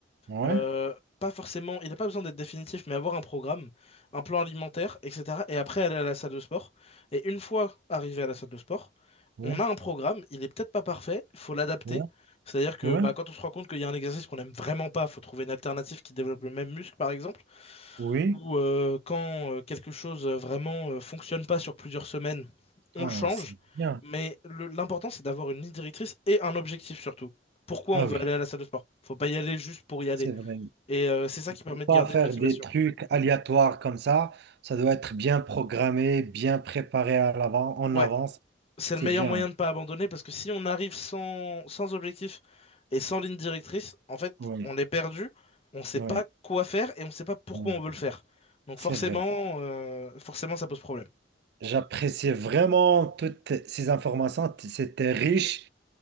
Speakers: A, on the right; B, on the left.
A: oui,
B: Euh, pas forcément, il n'a pas besoin d'être définitif, mais avoir un programme, un plan alimentaire, etc. Et après aller à la salle de sport. Et une fois arrivé à la salle de sport,
A: oui,
B: on a un programme, il est peut-être pas parfait, faut l'adapter.
A: oui,
B: C'est-à-dire que
A: oui,
B: bah, quand on se rend compte qu'il y a un exercice qu'on n'aime vraiment pas, faut trouver une alternative qui développe le même muscle, par exemple.
A: oui.
B: Ou euh, quand euh, quelque chose euh, vraiment euh, fonctionne pas sur plusieurs semaines, on
A: Ah,
B: le change.
A: c'est bien.
B: Mais le- l'important, c'est d'avoir une ligne directrice et un objectif surtout. Pourquoi
A: Ah
B: on veut
A: oui,
B: aller à la salle de sport? Faut pas y aller juste pour y aller.
A: c'est vrai.
B: Et euh, c'est ça
A: Il
B: qui permet
A: faut
B: de
A: pas
B: garder
A: faire
B: une motivation.
A: des trucs aléatoires comme ça. Ça doit être bien programmé, bien préparé à l'avant, en
B: Ouais,
A: avance.
B: c'est
A: C'est
B: le meilleur
A: bien.
B: moyen de ne pas abandonner parce que si on arrive sans, sans objectif et sans ligne directrice, en fait,
A: Oui,
B: on est perdu, on ne sait
A: oui,
B: pas quoi faire et on ne sait pas pourquoi
A: oui.
B: on veut le faire. Donc
A: C'est
B: forcément,
A: vrai.
B: euh, forcément, ça pose problème.
A: J'appréciais vraiment toutes ces informations. T- C'était riche.